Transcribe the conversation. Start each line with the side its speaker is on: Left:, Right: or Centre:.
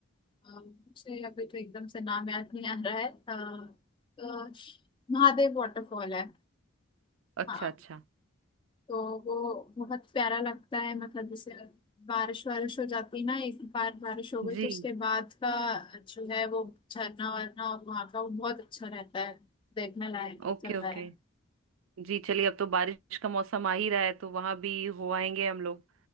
Left: अ, मुझे अभी तो एकदम से नाम याद नहीं आ रहा है अ, अ, महादेव वाटरफॉल है
Right: अच्छा
Left: हाँ
Right: अच्छा
Left: तो वो बहुत प्यारा लगता है मतलब जैसे बारिश वारिश हो जाती है ना एक बार बारिश हो गई
Right: जी
Left: तो उसके बाद का जो है वो झरना वरना और वहाँ का वो बहुत अच्छा रहता है देखने लायक
Right: Okay
Left: जगह
Right: okay
Left: है
Right: जी चलिए अब तो बारिश का मौसम आ ही रहा है तो वहां भी हो आएंगे हम लोग